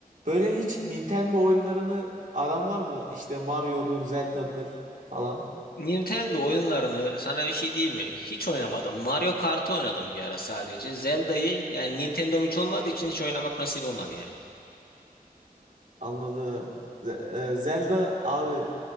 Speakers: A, on the right (about 55°); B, on the left (about 75°).
A: böyle hiç Nintendo oyunlarını aran var mı? İşte Mario'dur, Zelda'dır falan.
B: Nintendo oyunlarını sana bir şey diyeyim mi? Hiç oynamadım. Mario Kart'ı oynadım bir ara sadece. Zelda'yı yani Nintendo'm hiç olmadığı için hiç oynamak nasip olmadı yani.
A: Anladım. Z- e, Zelda abi